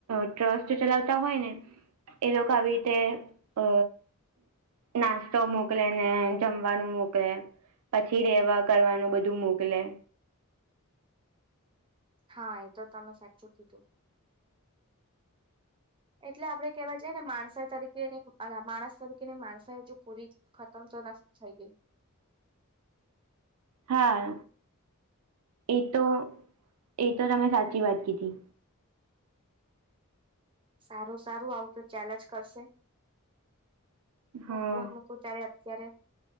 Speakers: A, on the right (about 85°); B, on the right (about 25°).
A: ટ્રસ્ટ ચલાવતા હોય ને એ લોકો આવી રીતે અ નાસ્તો મોકલેને જમવાનું મોકલે. પછી રેવા કરવાનું બધું મોકલે.
B: હા એ તો તમે સાચું કીધું. એટલે આપડે કેવા જઈએને માણસ તરીકે ને માણસ તરીકેની માણસાઈ હજુ પૂરી ખતમ તો નથી થઈ ગઈ.
A: હા એ તો એ તો તમે સાચી વાત કીધી.
B: સારું સારું આવું તો ચાલ્યા કરશે
A: હા
B: મે ફોન ત્યારે અત્યારે